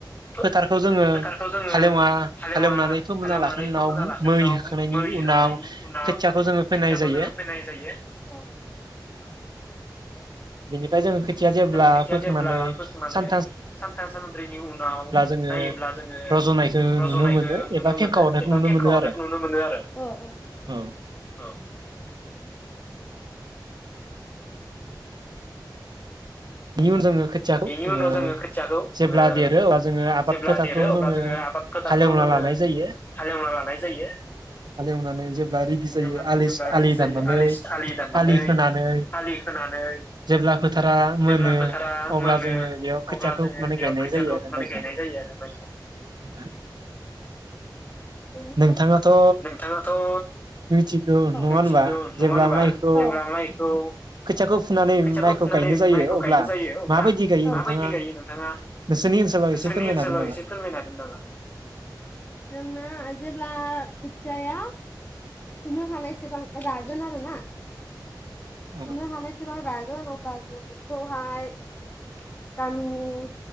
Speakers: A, on the left; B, on the right.
A: फो
B: फोथारखौ जोङो
A: फोथारखौ जोङो
B: हालेवा
A: हालेवा
B: हालेवनानै फोमोनना
A: हालेवनानै
B: लाखांनायनि
A: फोमोन्ना
B: उनाव
A: लाखांनायनि
B: मै
A: उनाव
B: होखांनायनि
A: मै होखांनायनि
B: उनाव
A: उनाव
B: खोथियाखौ जोङो फोनाय
A: खोथियाखौ
B: जायो
A: जोङो फोनाय जायो। औ।
B: बिनिफाय जों खोथिया जेब्ला
A: खोथिया
B: फोखांनानै
A: जेब्ला फोखांनानै
B: सान
A: सानथाम सानब्रैनि उनाव
B: जोङो
A: नायोब्ला जोङो
B: रज'नायखौ
A: रज'नायखो
B: नुनो मोनो
A: नुनो
B: एबा फेंखा
A: मोनो
B: हरनायखौ
A: एबा
B: नुनो
A: फेंखा
B: मोनो
A: हरनायखौ
B: आरो
A: नुनो मोनो आरो अ अ
B: औ
A: औ
B: बिनि उन जोङो खोथियाखौ
A: बेनि
B: ओ
A: उनाव जोङो खोथियाखौ
B: जेब्ला
A: ओ
B: देरो अब्ला जोङो आबाद
A: जेब्ला
B: फोथारखौ
A: देरो अब्ला
B: जोङो
A: आबाद फोथारखौ
B: हालेवना
A: जोङो
B: लानाय जायो
A: हालेवना लानाय जायो।
B: हालेवनानै जेब्ला रिदि
A: हालेवनानै
B: जायो
A: जेब्ला रेडि
B: आलि
A: जायो
B: दाननानै
A: आलि दाननानै
B: आलि खोनानै
A: आलि खोनानै
B: जेब्ला फोथारा मोनो
A: जेब्ला फोथारा
B: अब्ला
A: मोनो
B: जोङो बेयाव खोथियाखौ
A: अब्ला जोङो
B: फुनानै
A: बेयाव
B: गायनाय
A: खोथियाखौ
B: जायो आरो
A: फुनानै
B: माइखौ
A: गायनाय जायो आरो माइखौ
B: नोंथां
A: बेनिफ्राय
B: नोंथाङाथ'
A: नोंथाङाथ' औ
B: मिथिगौ नङा
A: मिथिगौ
B: होनबा
A: नङा
B: जेब्ला
A: होनबा
B: माइखौ
A: औ जेब्ला माइखौ
B: खोथियाखौ फुनानै
A: खोथियाखौ
B: माइखौ
A: फुनानै
B: गायनो जायो
A: माइखौ
B: अब्ला
A: गायनाय जायो अब्ला
B: माबायदि गायो
A: औ माबायदि
B: नोंथाङा
A: गायो नोंथाङा
B: नोंसोरनि ओनसोलाव
A: नोंसोरनि
B: एसे फोरमायनो
A: ओनसोलाव
B: हागोन नामा?
A: एसे फोरमायनो हागोन नामा? जोंना जेब्ला खोथियाया फुनो हानायसेबां रागोन आरो ना
B: औ
A: फुनो हानाय सेबां रागोन अब्ला जों बेखौहाय गामिनि